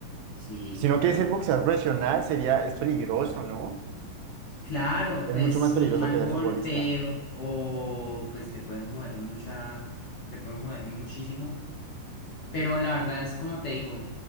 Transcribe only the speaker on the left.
Sí,
claro.
Claro,
pues
un mal
golpe
o pues te pueden joder mucha, te pueden joder muchísimo. Pero la verdad es como te digo,